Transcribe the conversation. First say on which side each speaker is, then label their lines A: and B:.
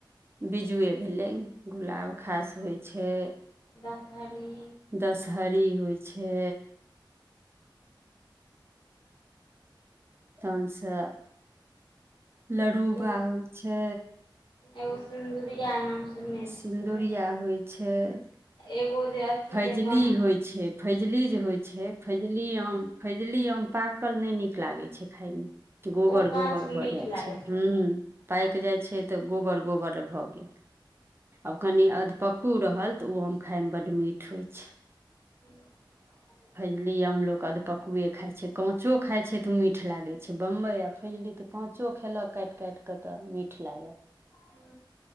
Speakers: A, on the right; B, on the left.
A: बिज्जुए भेलै गुलाबखास होइ छै
B: दशहरी।
A: दशहरी होइ छै। तहन से ल्डुबा
B: एगो
A: होइ छै
B: एगो सिन्दुरिया नाम सुने
A: सिन्दुरिया
B: छियै।
A: छै।
B: एगो जे। अथी
A: फजली
B: जकाँ
A: जे होइ छै फजली जे होइ छै, फजली आम फैजली आम पाकल नहि नीक लागैत छै खायमे गोबर
B: ओ काँच
A: गोबर भऽ
B: मीठ
A: जाइ
B: लागै
A: छै हू पाकि जाइ छै तऽ गोबर गोबर भऽ गे आब कनि अधपक्कू रहल तऽ ओ आम खायमे बड़ मीठ होइ छै
B: <unintelligible>
A: फजली आम लोक अधपकूए खाइत छै काचो खाइत छै तऽ ओ मीठ लागैत छै बम्बइ आ फैजली तऽ पाचो खेलक काट काट कऽ तऽ मीठ लागत।
B: हू।